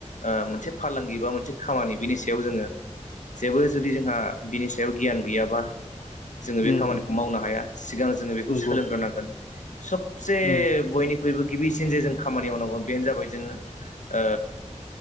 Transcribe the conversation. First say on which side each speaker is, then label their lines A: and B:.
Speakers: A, on the left; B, on the left.
A: ओ मोनसे फालांगि बा मोनसे खामानि बिनि सायाव जोङो जेबो जुदि जोंहा बिनि सायाव गियान गैयाबा जोङो बे
B: उम
A: खामानिखौ मावनो हाया सिगां जोङो बेखौ
B: नंगौ
A: सोलोंग्रोनांगोन सबसे
B: उम
A: बयनिख्रुयबो गिबिसिन जे जों खामानि मावनांगौ बेनो जाबाय जोङो ओ